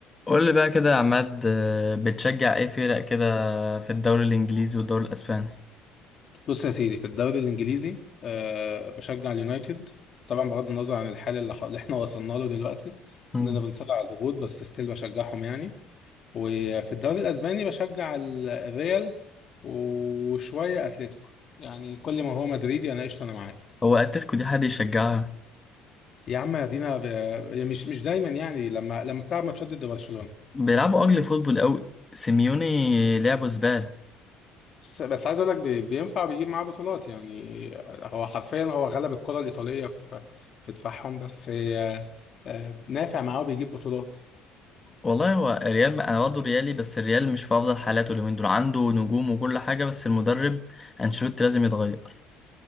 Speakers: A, on the left; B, on the left.
A: قول لي بقى كده يا عماد آه، بتشجع ايه فرق كده في الدوري الانجليزي والدوري الاسباني
B: بص يا سيدي في الدوري الانجليزي أه بشجع اليونايتد طبعا بغض النظر عن الحال اللي, ح- اللي احنا <laughs> وصلنا له دلوقتي
A: مم.
B: اننا بنصارع على الهبوط بس ستيل بشجعهم يعني وفي الدوري الاسباني بشجع ال- الريال وشويه اتلتيكو يعني كل ما هو مدريدي انا قشطه انا معاك
A: هو اتلتيكو دي حد يشجعها
B: يا عم ادينا ب- مش مش دايما يعني لما لما بتلعب ماتشات ضد برشلونه
A: بيلعبوا اجل فوتبول قوي سيميوني لعبه زباله
B: بس بس عايز اقول لك بي- بينفع بيجيب معاه بطولات يعني هو حرفيا هو غلب الكرة الإيطالية في في دفاعهم بس آه، آه، نافع معاه وبيجيب بطولات
A: والله هو الريال ما انا برضه ريالي بس الريال مش في افضل حالاته اليومين دول عنده نجوم وكل حاجه بس المدرب انشيلوتي لازم يتغير